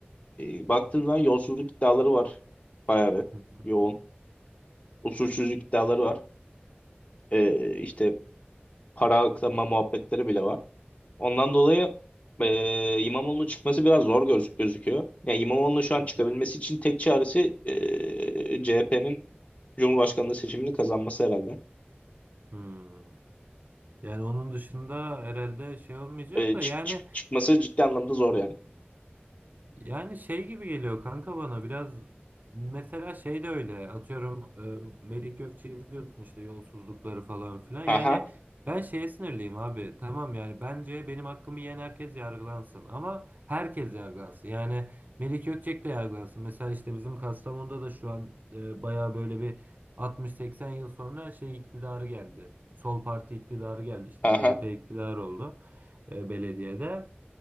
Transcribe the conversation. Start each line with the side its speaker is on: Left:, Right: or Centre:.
Left: e, baktığın zaman yolsuzluk iddiaları var. Bayağı bir
Right: Hı
Left: yoğun. Usulsüzlük iddiaları var. E, işte para aklama muhabbetleri bile var. Ondan dolayı e, İmamoğlu'nun çıkması biraz zor göz, gözüküyor. Yani İmamoğlu'nun şu an
Right: hı
Left: çıkabilmesi için tek çaresi e, CHP'nin Cumhurbaşkanlığı seçimini kazanması herhalde.
Right: Hmm. Yani onun dışında herhalde şey olmayacak
Left: E,
Right: da
Left: çık,
Right: yani
Left: çık, çıkması ciddi anlamda zor yani.
Right: Yani şey gibi geliyor kanka bana biraz mesela şey de öyle atıyorum e, Melih Gökçe'yi biliyorsun işte yolsuzlukları falan filan
Left: Aha,
Right: yani ben şeye sinirliyim abi tamam yani bence benim hakkımı yiyen herkes yargılansın ama herkes yargılansın yani Melih Gökçek de yargılansın mesela işte bizim Kastamonu'da da şu an e, baya böyle bir 60-80 yıl sonra şey iktidarı geldi Sol Parti iktidarı geldi işte
Left: aha,
Right: CHP iktidarı oldu e, belediyede.